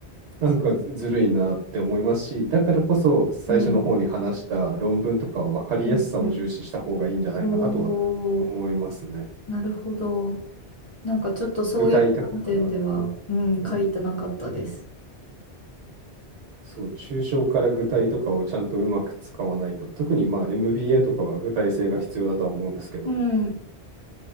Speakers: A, on the left (about 40°); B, on the right (about 85°).
A: 確か
B: なんかずずるいなって思いますし、だからこそ最初の方に話した論文とかは分かりやすさを重視した方がいいんじゃないかなとは思いますね。
A: うん、うん、うん。おー、なるほど。なんかちょっとそういう観点では、
B: 具体的だから。
A: うん、書いてなかったです。
B: はい。そう、抽象から具体とかをちゃんとうまく使わないと、特にまあ MBA とかは具体性が必要だとは思うんですけど、
A: うん。